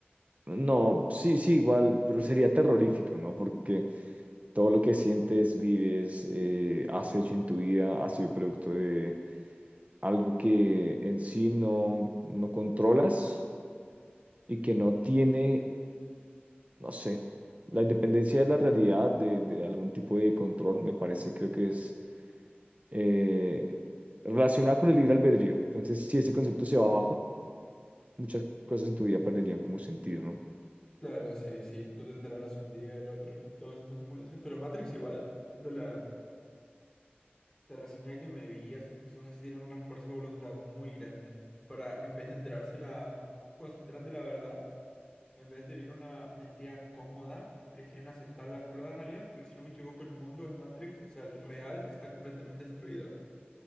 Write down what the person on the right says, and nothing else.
No, sí, sí, igual, pero sería terrorífico, ¿no? Porque todo lo que sientes, vives, eh, has hecho en tu vida ha sido producto de algo que en sí no, no controlas y que no tiene, no sé, la independencia de la realidad, de, de algún tipo de control, me parece, creo que es eh, relacionada con el libre albedrío. Entonces, si ese concepto se va abajo, muchas cosas en tu vida perderían como sentido, ¿no?